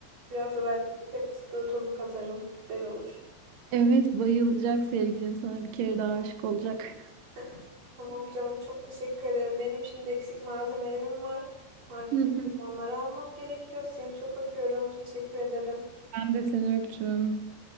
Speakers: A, on the right; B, on the right.
A: Biraz da belki köte fıstığı tozu katarım. Güzel olur.
B: Evet bayılacak sevgilin sana bir kere daha aşık olacak.
A: <laughs> Tamam canım çok teşekkür ederim. Benim şimdi eksik malzemelerim var. Markete
B: <laughs>
A: gidip onları almam gerekiyor. Seni çok öpüyorum. Teşekkür ederim.
B: Ben de seni öptüm.